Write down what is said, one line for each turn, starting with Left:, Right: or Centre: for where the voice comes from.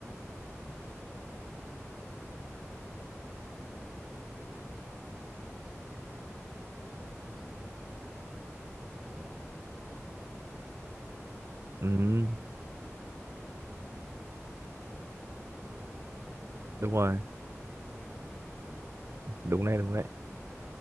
Centre: ờ, rồi thêm một cái nữa là nước thì lọc thì mình cũng phải lọc cho nó cho nó chuẩn á. ví dụ lọc thì phải có vi sinh vật này nọ Ờ, thì mấy cái đó cũng là một phần trong cái thú vui chơi cá đồ đó
Right: ừ.
Centre: thì nhiều khi ví dụ nhiều khi có người thì họ thấy là hơi phiền đúng không nhiều lúc ông
Right: Đúng
Centre: cũng
Right: rồi,
Centre: thấy là ông nghe mấy cái này cũng thấy phiền đúng không
Right: đúng này đúng đấy.
Centre: nhưng mà